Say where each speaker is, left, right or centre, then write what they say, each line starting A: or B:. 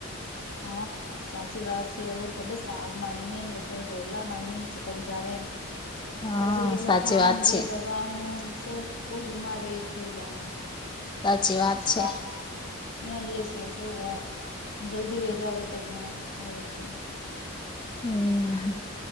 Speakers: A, on the left; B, on the left.
A: હા. સાચી વાત છે, એ કાલે સાગ મા આવીને રોટલા માઇનેને ચિપક જાવે.
B: હા
A: પછી દેખલો
B: સાચી
A: ખાનજી
B: વાત છે
A: ગબરાનું સ બહુ બીમાર થઇ જાય.
B: સાચી વાત છે
A: વા. ત્યાં લઈએ શો છે જલ્દી વેજ આવેે તો ઘણો જ સારું છે.
B: હમ્મ.